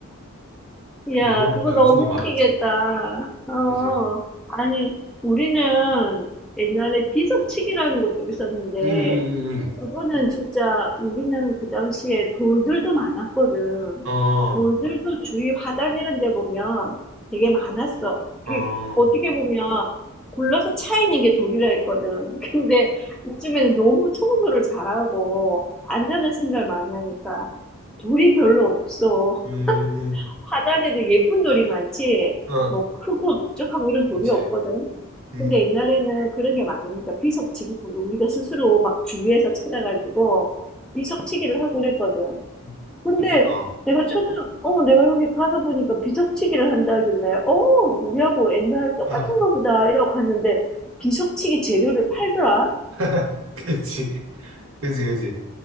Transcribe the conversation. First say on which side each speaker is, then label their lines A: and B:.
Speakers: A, in the centre; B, on the right.
A: 야,
B: 여러
A: 그거
B: 경주가
A: 너무
B: 많았지.
A: 웃기겠다. 어,
B: 그지?
A: 아니, 우리는 옛날에 비석치기라는 것도 있었는데,
B: 응, 응, 응,
A: 그거는 진짜 우리는 그 당시에 돌들도 많았거든.
B: 응. 어,
A: 돌들도 주위 화단 이런 데 보면 되게 많았어.
B: 어,
A: 그,
B: 어,
A: 어떻게 보면 굴러서 차 있는 게 돌이라 했거든. <laughs> 근데 요즘에는 너무 청소를 잘하고 안전을 생각 많이 하니까 돌이 별로 없어.
B: 음, 음.
A: 화단에도 예쁜 돌이 많지,
B: 어,
A: 뭐 크고 넓적하고 이런 돌이
B: 그치.
A: 없거든.
B: 음,
A: 근데 옛날에는 그런 게 많으니까 비석치기 돌을 우리가 스스로 막 주위에서 찾아가지고 비석치기를 하고 그랬거든.
B: 음.
A: 근데
B: 재밌겠다.
A: 내가 초등, 어, 내가 여기 가서 보니까 비석치기를 한다길래, 어, 우리하고 옛날 똑같은가
B: 아,
A: 보다 이러고 갔는데 비석치기 재료를 팔더라.
B: <laughs> 그치. 그치, 그치.